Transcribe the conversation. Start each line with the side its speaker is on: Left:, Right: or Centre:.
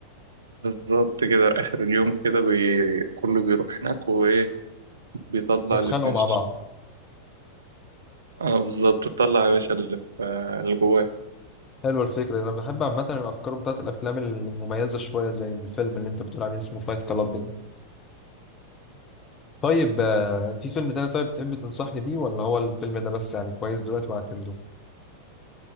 Right: بالظبط كده آخر اليوم كده بي... كله بيروح هناك وإيه بيطلع
Left: يتخانقوا
Right: اللي في نفسه
Left: مع بعض
Right: اه بالظبط بيطلع يا باشا اللي في آه، اللي جواه
Left: حلوة الفكرة أنا بحب عامة الأفكار بتاعت الأفلام المميزة شوية زي الفيلم اللي أنت بتقول عليه اسمه فايت كلاب ده طيب آه، في فيلم تاني طيب تحب تنصحني بيه ولا هو الفيلم ده بس يعني كويس دلوقتي وهعتمده